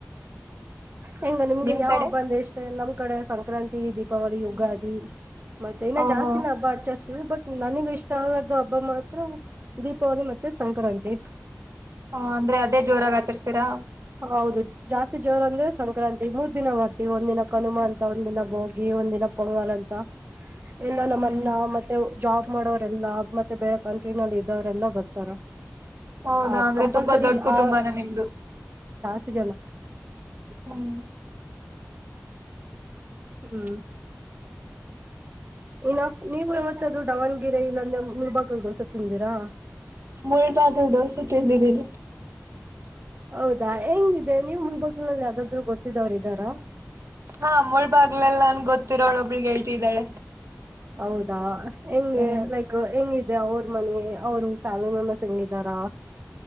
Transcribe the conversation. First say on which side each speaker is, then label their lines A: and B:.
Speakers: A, on the right; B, on the right.
A: ಹೆಂಗ ನಿಮ್ಗ
B: ನಿಮ್
A: ಯಾವ
B: ಕಡೆ
A: ಹಬ್ಬ ಅಂದ ಇಷ್ಟೇ ನಮ್ ಕಡೆ ಸಂಕ್ರಾಂತಿ ದೀಪಾವಳಿ ಯುಗಾದಿ ಮತ್ತೆ ಇನ
B: ಓಹೋ
A: ಜಾಸ್ತಿನಾ ಹಬ್ಬಾ ಜಾಸ್ತಿ ಬಟ್ ನನಗ ಇಷ್ಟ ಆಗ್ದು ಹಬ್ಬ ಮಾತ್ರ ದೀಪಾವಳಿ ಮತ್ತೆ ಸಂಕ್ರಾಂತಿ
B: ಹ ಅಂದ್ರೆ ಅದೇ ಜೋರಾಗ ಆಚರಿಸತೀರಾ
A: ಹೌದು ಜಾಸ್ತಿ ಜೋರ ಅಂದ್ರೆ ಸಂಕ್ರಾಂತಿ ಮೂರ್ ದಿನ ಮಾಡ್ತೀವಿ ಒಂದಿನ ಕನುಮಾ ಅಂತ ಒಂದಿನ ಬೋಗಿ ಒಂದಿನ ಪೊಂಗಲ್ ಅಂತ ಎಲ್ಲ
B: ಹ್ಮ್
A: ನಮ್ಮ
B: ಹ್ಮ್
A: ಅಣ್ಣ ಮತ್ತೆ ಜಾಬ್ ಮಾಡೋವರೆಲ್ಲ ಮತ್ತೆ ಬೇರೆ ಕಂಟ್ರಿನಲ್ಲಿ ಇದ್ದವರೆಲ್ಲ ಬರ್ತಾರ
B: ಹೌದಾ
A: ಆ
B: ಅಂದ್ರೆ
A: ಕಂಪಲ್ಸರಿ
B: ತುಂಬಾ ದೊಡ್ಡ ಕುಟುಂಬನ
A: ಆ
B: ನಿಮ್ದು
A: ಸಿಗಲ್ಲ
B: ಹ್ಮ್
A: ಹ್ಮ್ ಇನ್ನು ನೀವು ಯವತ್ತಾದ್ರೂ ದಾವಣಗೆರೆ ಇಲ್ಲಾಂದ್ರೆ ಮುಳಬಾಗಿಲ್ ದೋಸೆ ತಿಂದೀರಾ
B: ಮುಳಬಾಗಲ್ ದೋಸೆ ತಿಂದಿದ್ದೀನಿ
A: ಹೌದಾ ಹೆಂಗಿದೆ ನೀವ್ ಮುಲಬಾಗ್ಲ್ ಲ್ ಯಾವ್ ದಾದ್ರು ಗೊತ್ತಿದವ್ರ ಇದಾರ
B: ಹಾ ಮುಳಬಾಗ್ಲೆಲ್ಲ ನನ್ಗೆ ಗೊತ್ತಿರೋಳ ಒಬ್ಲು ಗೆಳತಿ ಇದಾಳೆ
A: ಹೌದಾ ಹೆಂಗೆ
B: ಹ್ಮ್
A: ಲೈಕ್ ಹೆಂಗಿದೆ ಅವ್ರ ಮನೆ ಅವರು ಫ್ಯಾಮಿಲಿ ಮೆಂಬರ್ಸ್ ಹೆಂಗಿದಾರಾ